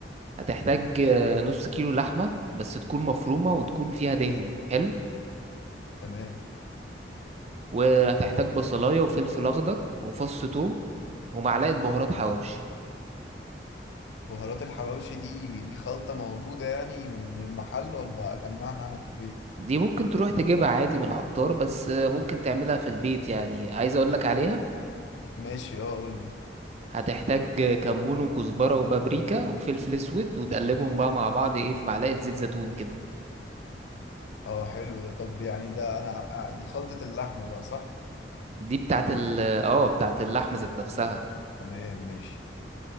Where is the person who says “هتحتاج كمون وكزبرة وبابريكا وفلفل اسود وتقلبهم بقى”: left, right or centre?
Right